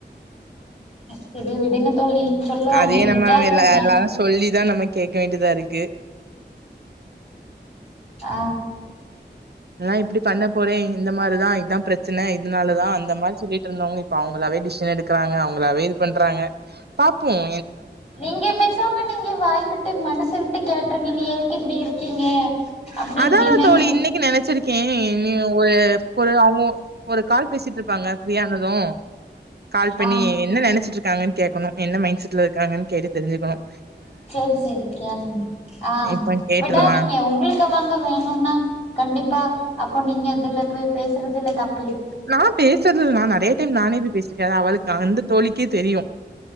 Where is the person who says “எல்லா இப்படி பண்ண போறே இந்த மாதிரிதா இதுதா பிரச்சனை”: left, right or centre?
Right